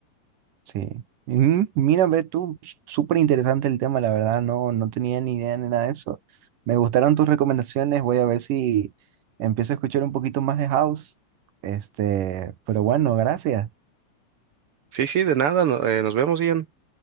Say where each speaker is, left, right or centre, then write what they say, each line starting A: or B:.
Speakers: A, on the right; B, on the right.
A: Sí. Mm, Mira, ve tú, súper interesante el tema, la verdad, no, no tenía ni idea ni nada de eso. Me gustaron tus recomendaciones, voy a ver si empiezo a escuchar un poquito más de house. Este, pero bueno, gracias.
B: Sí, sí, de nada, no- eh, nos vemos, Ian.